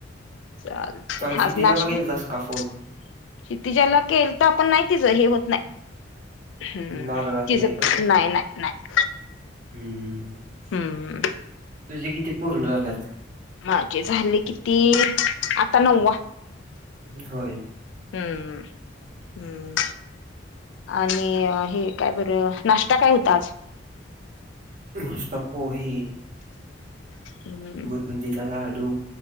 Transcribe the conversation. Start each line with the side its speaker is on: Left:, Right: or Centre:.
Left: चाल तय
Right: कालची
Left: आज
Right: तिच्याला
Left: नाश्ता
Right: केलतास का फोन
Left: क्षितिजा ला केलता पण नाही तिच हे होत नाही हम्म
Right: लागलाच
Left: तिज
Right: नाही का?
Left: नाही नाही नाही
Right: हम्म
Left: हम्म
Right: तुझे किती पूर्ण झाल्यात
Left: माझे झाले किती आता नव्वा
Right: होय
Left: हम्म हम्म हम्म आणि हे काय बरं नाश्ता काय होता आज
Right: नाष्टा पोहे
Left: हम्म
Right: बुंदीचा लाडू